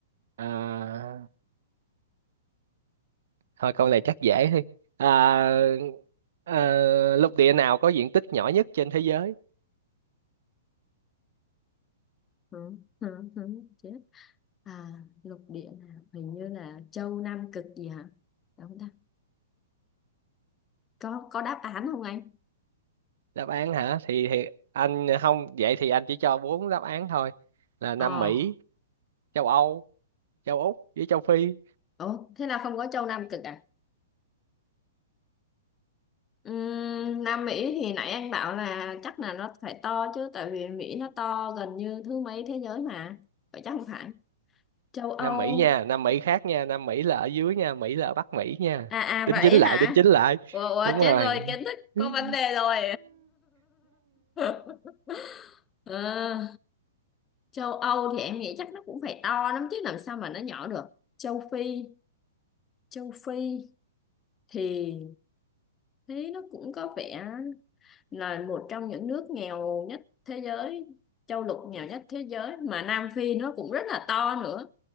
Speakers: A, on the right (about 60°); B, on the left (about 20°).
A: à, thôi câu này chắc dễ thôi à, à, lục địa nào có diện tích nhỏ nhất trên thế giới
B: Ừ, ừ, ừ, chết. à lục địa nào hình như là châu Nam Cực gì hả đúng không ta có có đáp án không anh
A: đáp án hả thì thì anh không vậy thì anh chỉ cho bốn đáp án thôi là Nam
B: ờ
A: Mỹ châu Âu châu Úc với châu Phi
B: ủa thế là không có châu Nam Cực à Ừm, Nam Mỹ thì nãy anh bảo là chắc là nó phải to chứ tại vì Mỹ nó to gần như thứ mấy thế giới mà vậy chắc không phải châu Âu
A: Nam Mỹ nha Nam Mỹ khác nha Nam Mỹ là ở dưới nha Mỹ là ở Bắc Mỹ nha
B: à à
A: đính
B: vậy
A: chính lại
B: hả
A: đính chính lại
B: ủa, ủa
A: đúng rồi
B: chết rồi kiến thức
A: <laughs>
B: có vấn đề rồi <laughs> Ờ, châu Âu thì em nghĩ chắc nó cũng phải to lắm chứ làm sao mà nó nhỏ được châu Phi châu Phi thì thấy nó cũng có vẻ là một trong những nước nghèo nhất thế giới châu lục nghèo nhất thế giới mà Nam Phi nó cũng rất là to nữa